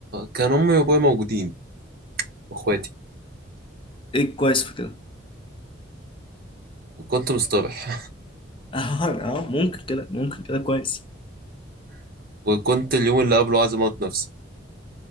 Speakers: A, on the right; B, on the left.
A: كان أمي وأبوي موجودين وإخواتي
B: ايه الكويس في كده
A: وكنت مصطبح
B: <laughs> اه آه، ممكن كده ممكن كده كويس
A: <laughs> وكنت اليوم اللي قبله عايز أموت نفسي